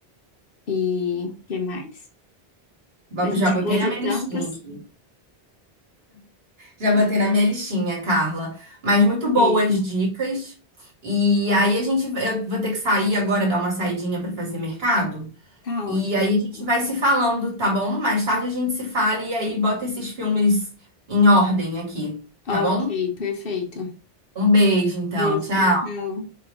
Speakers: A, on the left (about 65°); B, on the right (about 75°).
A: e que mais?
B: Bo-
A: A gente
B: Já botei
A: falou
B: na
A: de
B: minha
A: tantas.
B: listinha aqui. Já botei na minha listinha, Carla. Mas muito boas
A: Perfeito.
B: dicas. E aí a gente, eu vou ter que sair agora, dar uma saidinha para fazer mercado.
A: Tá
B: E
A: ótimo.
B: aí a gente vai se falando, tá bom? Mais tarde a gente se fala e aí bota esses filmes em ordem aqui,
A: Ok,
B: tá bom?
A: perfeito.
B: Um beijo, então.
A: Beijo,
B: Tchau.
A: tchau, tchau.